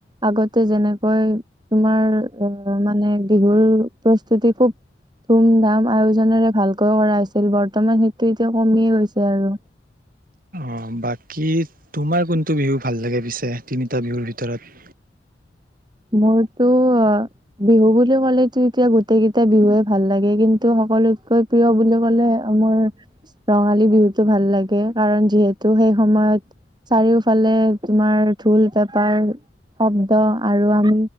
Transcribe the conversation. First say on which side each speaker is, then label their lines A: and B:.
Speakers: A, on the right; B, on the right.
A: আগতে যেনেকৈ তোমাৰ আহ মানে বিহুৰ প্ৰস্তুতি খুব ধুম-ধাম আয়োজনেৰে ভালকৈ কৰা হৈছিল বৰ্তমান সেইটো এতিয়া কমিয়েই গৈছে আৰু।
B: অঁ' বাকী তোমাৰ কোনটো বিহু ভাল লাগে পিছে তিনিটা বিহুৰ ভিতৰত।
A: মোৰতো বিহু বুলি ক'লেতো এতিয়া গোটেই কেইটা বিহুে ভাল লাগে, কিন্তু সকলোতকৈ প্ৰিয় বুলি ক'লে, মোৰ ৰঙালী বিহুতটো ভাল লাগে কাৰণ যিহেতু সেই সময়ত চাৰিওফালে তোমাৰ ঢোল, পেপাৰ অবদা আৰু আমি